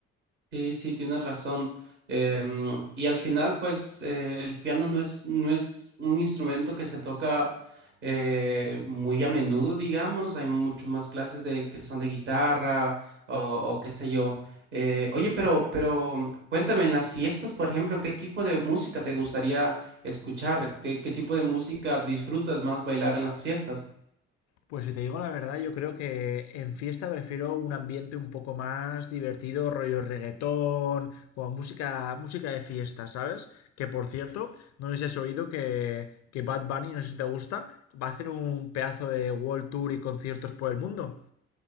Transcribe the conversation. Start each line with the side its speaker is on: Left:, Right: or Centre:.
Right: Sí, sí, tienes razón. Em, y al final, pues, eh, el piano no es, no es un instrumento que se toca eh, muy a menudo, digamos. Hay mucho más clases de que son de guitarra o, o qué sé yo. Eh, oye, pero, pero cuéntame, en las fiestas, por ejemplo, ¿qué tipo de música te gustaría escuchar? ¿Qué, qué tipo de música disfrutas más bailar en las fiestas?
Left: Pues si te digo la verdad, yo creo que en fiesta prefiero un ambiente un poco más divertido, rollo reggaetón, como música, música de fiesta, ¿sabes? Que por cierto, no sé si has oído que, que Bad Bunny, no sé si te gusta, va a hacer un pedazo de World Tour y conciertos por el mundo.